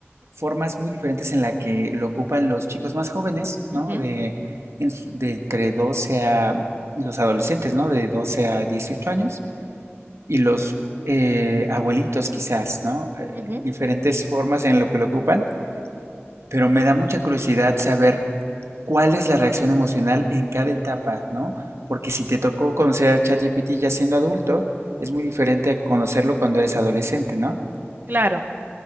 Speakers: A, on the right; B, on the right.
A: formas muy diferentes en la que lo ocupan los chicos más jóvenes, ¿no?
B: Ujú,
A: De, en de entre 12 a los adolescentes, ¿no? De 12 a 18 años y los eh, abuelitos quizás, ¿no? Eh,
B: ujú,
A: diferentes formas en lo que lo ocupan, pero me da mucha curiosidad saber cuál es la reacción emocional en cada etapa, ¿no? Porque si te tocó conocer a ChatGPT ya siendo adulto, es muy diferente a conocerlo cuando eres adolescente, no
B: Claro.